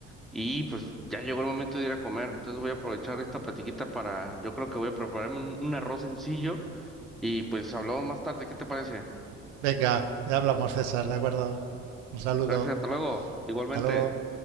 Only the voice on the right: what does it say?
Venga, ya hablamos César, ¿de acuerdo? Un saludo,
hasta luego.